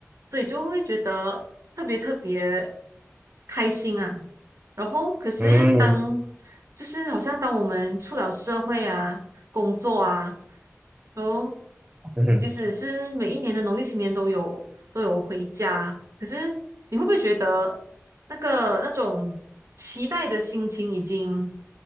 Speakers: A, on the right (about 75°); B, on the right (about 25°).
A: 所以就会觉得特别特别开心啊。然后，可是当
B: 嗯
A: 就是好像当我们出了社会啊，工作啊，然后
B: 嗯哼，
A: 即使是每一年的农历新年都有都有回家，可是你会不会觉得那个那种期待的心情已经